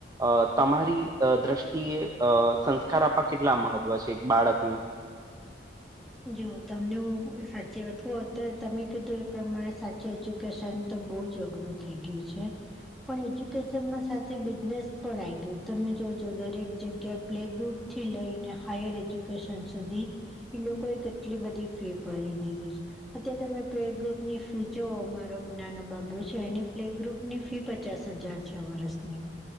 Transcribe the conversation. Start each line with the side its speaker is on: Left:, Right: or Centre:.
Right: અ તમારી દ્રષ્ટિએ અ સંસ્કાર આપવા કેટલા મહત્વ છે એક બાળકને
Centre: જો તમને હું સાચી વાત કહ અત્યારે તમે કીધું એ પ્રમાણે સાચી એજ્યુકેશન તો બહુ જ અઘરું થઈ ગયું છે પણ એજ્યુકેશનમાં સાથે બિઝનેસ પણ આવી ગયું તમે જોજો દરેક જગ્યાએ પ્લે ગ્રુપ થી લઈને હાયર એજ્યુકેશન સુધી એ લોકો એ કેટલી બધી ફી ભરી દીધી છે અત તમે પ્લે ગ્રુપની ફી જો મારો નાનો બાબુ છે એની પ્લે ગ્રુપ ની ફી પચાસ હજાર છ વરસની